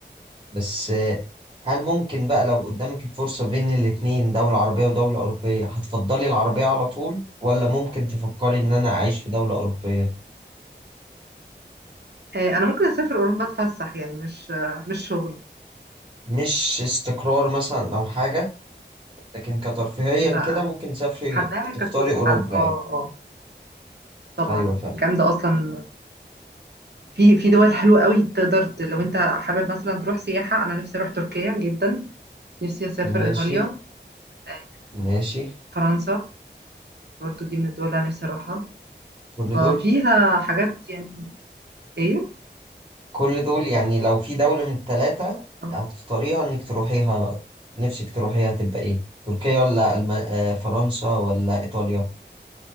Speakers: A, on the right (about 25°); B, on the right (about 65°).
A: بس آه، هل ممكن بقى لو قدامك الفرصة بين الاتنين دولة عربية ودولة أوروبية هتفضلي العربية على طول ولا ممكن تفكري إن أنا أعيش في دولة أوروبية؟
B: آه، انا ممكن اسافر اوروبا اتفسح يعني مش آه، مش شغل
A: مش استقرار مثلا أو حاجة لكن كترفيهيا
B: لا
A: كده ممكن تسافري
B: حباها
A: تختاري
B: كفسحه
A: أوروبا
B: اه
A: يعني
B: اه طبعا
A: أيوة فاهم
B: جامده اصلا في في دول حلوة قوي تقدر ت- لو انت حابب مثلا تروح سياحة انا نفسي اروح تركيا جدا نفسي اسافر
A: ماشي
B: ايطاليا آه،
A: ماشي
B: فرنسا برضو دي من الدول اللي انا نفسي اروحها
A: كل
B: ففيها
A: دول
B: حاجات يعني ايه
A: كل دول يعني لو في دولة من التلاتة
B: آه،
A: هتختاريها إنك تروحيها نفسك تروحيها هتبقى إيه؟ تركيا ولا ألم... آه، فرنسا ولا إيطاليا؟